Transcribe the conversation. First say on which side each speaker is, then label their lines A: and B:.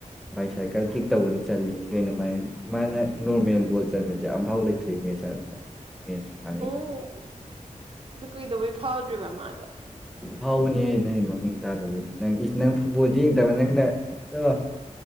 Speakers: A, in the centre; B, on the right.
A: ꯕꯥꯏ ꯁꯥꯏꯀꯜ ꯀꯤꯛ ꯇꯧꯕꯗ ꯆꯠꯂꯤꯅꯤ ꯀꯩꯅꯣ ꯃꯥꯥꯏ ꯃꯥꯅ ꯅꯣꯔꯃꯦꯜ ꯕꯣꯜ ꯆꯟꯕꯁꯦ ꯑꯝꯐꯥꯎ ꯂꯩ ꯀ꯭ꯔꯤ ꯃꯦꯁ ꯃꯦꯁ ꯁ <unintelligible>
B: ꯑꯣ ꯑꯗꯨ ꯀꯨꯏꯗꯧꯕꯩ ꯐꯥꯎꯗ꯭ꯔꯤꯕ ꯃꯥꯗꯤ
A: ꯍꯥꯎꯕꯅꯦꯍ ꯅꯣꯏ ꯃꯃꯤꯡ ꯇꯥꯗꯕꯅꯤ ꯅꯪ ꯅꯪ ꯐꯨꯠꯕꯣꯜꯁꯦ ꯌꯦꯡꯗꯕ ꯅꯪꯅ ꯆꯠꯂꯣ